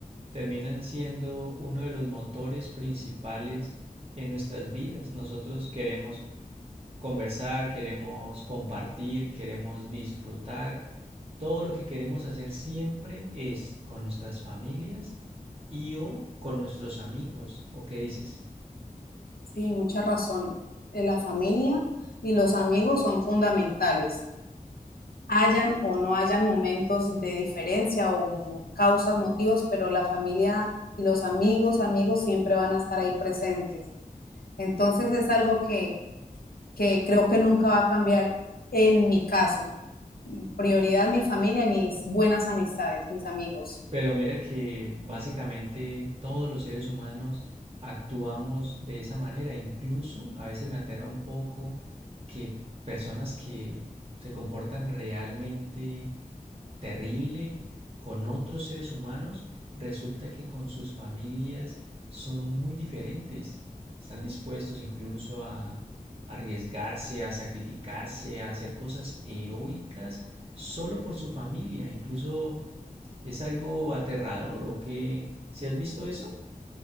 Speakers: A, on the right; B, on the left.
A: terminan siendo uno de los motores principales en nuestras vidas. Nosotros queremos conversar, queremos compartir, queremos disfrutar. Todo lo que queremos hacer siempre es con nuestras familias y o con nuestros amigos. ¿O qué dices?
B: Sí, mucha razón. Eh, La familia y los amigos son fundamentales. Hayan o no hayan momentos de diferencia o causas, motivos, pero la familia y los amigos, amigos siempre van a estar ahí presentes. Entonces es algo que, que creo que nunca va a cambiar en mi caso. prioridad mi familia y mis buenas amistades, mis amigos.
A: Pero mira que básicamente todos los seres humanos actuamos de esa manera. Incluso a veces me aterra un poco que personas que se comportan realmente terrible con otros seres humanos, resulta que con sus familias son muy diferentes. Están dispuestos incluso a arriesgarse, a sacrificarse, a hacer cosas heroicas solo por su familia. Incluso ¿Es algo aterrador o qué? ¿Si has visto eso?